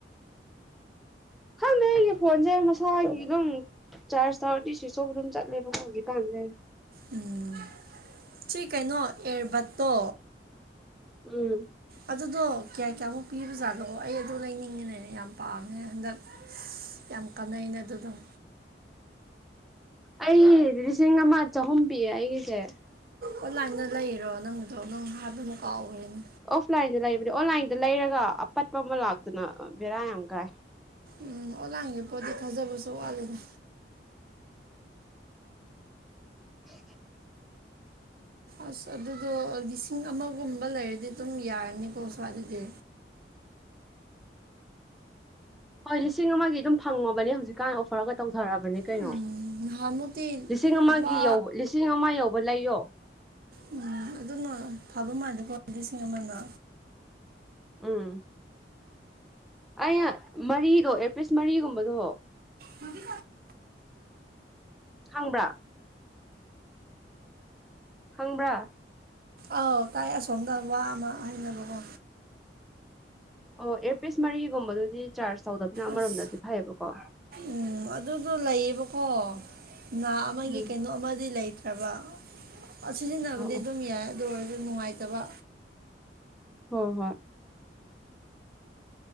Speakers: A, in the centre; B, on the right.
A: ꯈꯪꯗꯦ ꯑꯩꯒꯤ ꯐꯣꯟꯁꯦ ꯃꯁꯥꯒꯤ ꯑꯗꯨꯝ ꯆꯥꯔꯁ ꯇꯧꯔꯗꯤ ꯁꯨ꯭ꯋꯤꯞ ꯁꯣꯕ ꯑꯗꯨꯝ ꯆꯠꯂꯦꯕꯀꯣ ꯍꯧꯖꯤꯛꯀꯥꯟꯁꯦ
B: ꯎꯝ ꯁꯤ ꯀꯩꯅꯣ ꯑꯦꯔꯕꯥꯠꯇꯣ
A: ꯎꯝ
B: ꯑꯗꯨꯗꯣ ꯀꯌꯥ ꯀꯌꯥꯃꯨꯛ ꯄꯤꯕꯖꯥꯠꯅꯣ ꯑꯩ ꯑꯗꯨ ꯂꯩꯅꯤꯡꯉꯤꯅꯦꯅꯦ ꯌꯥꯝ ꯄꯥꯝꯃꯦ ꯍꯟꯗꯛ ꯌꯥꯝ ꯀꯥꯟꯅꯩꯩꯅ ꯑꯗꯨ ꯑꯗꯨꯝ
A: ꯑꯩ ꯂꯤꯁꯤꯡ ꯑꯃ ꯆꯍꯨꯝ ꯄꯤꯌꯦ ꯑꯩꯒꯤꯁꯦ
B: ꯑꯣꯟꯂꯥꯏꯟꯗ ꯂꯩꯔꯣ ꯅꯪꯒꯤꯗꯣ ꯅꯪ ꯍꯥꯏꯕ ꯑꯃꯛ ꯀꯥꯎꯈ꯭ꯔꯦꯅꯦ
A: ꯑꯣꯐꯂꯥꯏꯟꯗ ꯂꯩꯕꯅꯤ ꯑꯣꯟꯂꯥꯏꯟꯗ ꯂꯩꯔꯒ ꯑꯄꯠꯄ ꯑꯃ ꯂꯥꯛꯇꯅ ꯕꯦꯔꯥ ꯌꯥꯝ ꯀꯥꯏ
B: ꯎꯝ ꯑꯣꯟꯂꯥꯏꯟꯒꯤ ꯄꯣꯠꯇꯤ ꯊꯥꯖꯕꯁꯨ ꯋꯥꯠꯂꯦꯗ
A: <unintelligible>
B: ꯑꯁ ꯑꯗꯨꯗꯣ ꯂꯤꯁꯤꯡ ꯑꯃꯒꯨꯝꯕ ꯂꯩꯔꯗꯤ ꯑꯗꯨꯝ ꯌꯥꯔꯅꯤꯀꯣ ꯁ꯭ꯋꯥꯏ ꯑꯗꯨꯗꯤ
A: ꯍꯣꯏ ꯂꯤꯁꯤꯡ ꯑꯃꯒꯤ ꯑꯗꯨꯝ ꯐꯪꯉꯕꯅꯦ ꯍꯧꯖꯤꯛꯀꯥꯟ ꯑꯣꯐꯔꯒ ꯇꯧꯊꯔꯛꯑꯕꯅꯦ ꯀꯩꯅꯣ
B: ꯎꯝ ꯅꯍꯥꯟꯃꯨꯛꯇꯤ
A: ꯂꯤꯁꯤꯡ ꯑꯃꯒꯤ
B: ꯂꯨꯄꯥ
A: ꯌꯧꯕ ꯂꯤꯁꯤꯡ ꯑꯃ ꯌꯧꯕ ꯂꯩꯌꯣ
B: ꯎꯝ ꯑꯗꯨꯅ ꯐꯥꯕ ꯃꯥꯜꯂꯦꯀꯣ ꯂꯤꯁꯤꯡ ꯑꯃꯅ
A: ꯎꯝ ꯑꯩꯅ ꯃꯔꯤꯗꯣ ꯑꯦꯔꯄꯤꯁ ꯃꯔꯤꯒꯨꯝꯕꯗꯣ
B: ꯃꯗꯤ
A: ꯈꯪꯕ꯭ꯔꯥ ꯈꯪꯕ꯭ꯔꯥ
B: ꯑꯥꯎ ꯇꯥꯏ ꯑꯁꯣꯝꯗ ꯋꯥ ꯑꯃ ꯍꯥꯏꯕꯀꯣ
A: ꯑꯣ ꯏꯌꯔꯄꯤꯁ ꯃꯔꯤꯒꯨꯝꯕꯗꯨꯗꯤ ꯆꯥꯔꯖ ꯇꯧꯗꯕꯅ ꯑꯃꯔꯣꯝꯗꯗꯤ
B: ꯑꯁ
A: ꯐꯩꯌꯦꯕꯀꯣ
B: ꯎꯝ ꯑꯗꯨꯗꯣ ꯂꯩꯌꯦꯕꯀꯣ ꯥ ꯑꯃꯒꯤ
A: ꯎꯝ
B: ꯀꯩꯅꯣ ꯑꯃꯗꯤ ꯂꯩꯇ ꯍꯥꯏꯕ ꯁꯤꯖꯤꯟꯅꯕꯗꯤ
A: ꯑꯣ
B: ꯑꯗꯨꯝ
A: ꯑꯣ
B: ꯌꯥꯏ ꯑꯗꯨ ꯑꯣꯏꯔꯁꯨ ꯅꯨꯡꯉꯥꯏꯇꯕ
A: ꯍꯣꯏ ꯍꯣꯏ